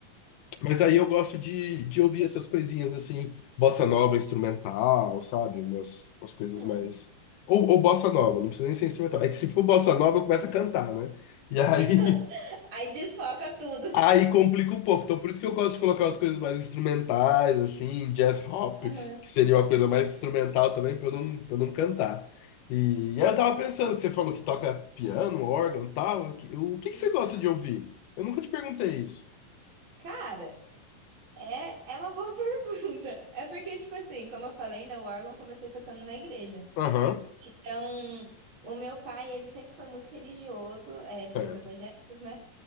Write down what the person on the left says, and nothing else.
Mas aí eu gosto de, de ouvir essas coisinhas assim, bossa nova instrumental, sabe? Umas, umas coisas
mais. Ou, ou bossa nova, não precisa nem ser instrumental. É que se for bossa nova, eu começo a cantar, né? E aí,
<laughs> aí complica um pouco. Então por isso que eu gosto de colocar as coisas mais instrumentais, assim, jazz hop,
que seria uma coisa mais instrumental também, pra eu não, pra eu não cantar. E, e aí eu tava
pensando
que você falou que toca piano, órgão e tal. O que, o que que
você gosta de ouvir? Eu nunca te perguntei isso.
Aham,
certo.